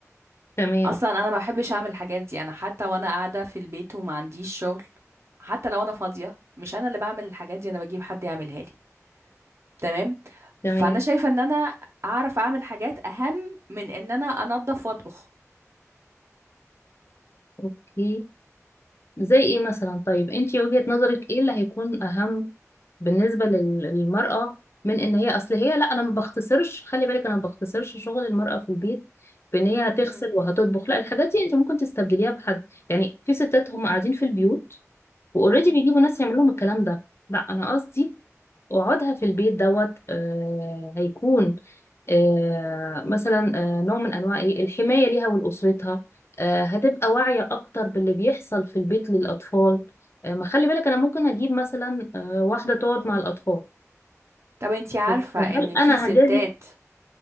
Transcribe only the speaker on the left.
تمام
تمام
أوكي زي إيه مثلا طيب أنتي وجهة نظرك إيه اللي هيكون أهم بالنسبة لل- للمرأة من ان هي اصل هي لا انا ما بختصرش خلي بالك انا ما بختصرش شغل المرأة في البيت بان هي هتغسل
وهتطبخ لا الحاجات دي انت ممكن تستبدليها بحد يعني في ستات هم قاعدين في البيوت واوريدي
بيجيبوا ناس يعمل لهم الكلام ده لا انا قصدي وقعدها في البيت دوت آه، هيكون آه، مثلا آه، نوع من انواع ايه الحمايه ليها ولاسرتها آه، هتبقى واعيه اكتر باللي بيحصل في البيت للاطفال آه، ما خلي بالك انا ممكن اجيب مثلا آه، واحده تقعد مع الاطفال
بس هل
انا
هجازف